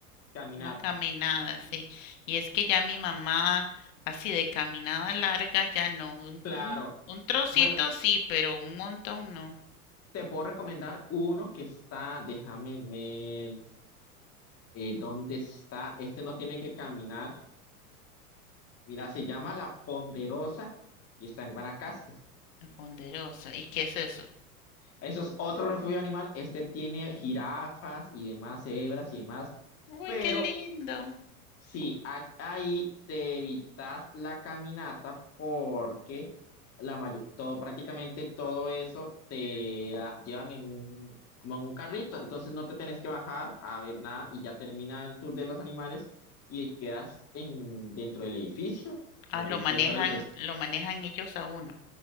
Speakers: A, on the left; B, on the left.
A: Caminata.
B: Una caminada, sí. Y es que ya mi mamá, así de caminada larga, ya no. Un,
A: Claro.
B: un- un trocito
A: Bueno,
B: sí, pero un montón no.
A: te puedo recomendar uno que está, déjame ver, eh, ¿dónde está? Este no tiene que caminar. Mira, se llama La Ponderosa y está en Guanacaste.
B: Qué Ponderosa. ¿Y qué es eso?
A: Eso es otro refugio animal. Este tiene jirafas y demás, cebras y demás
B: Uy,
A: pero
B: qué lindo.
A: Sí, a- ahí te evitas la caminata porque la mayor, todo, prácticamente todo eso te da- llevan en un, como en un carrito, entonces no te tenés que bajar a ver nada y ya termina el tour de los animales y quedas en, dentro del edificio
B: Ah,
A: donde
B: lo manejan,
A: puede estar el resto.
B: lo manejan ellos a uno.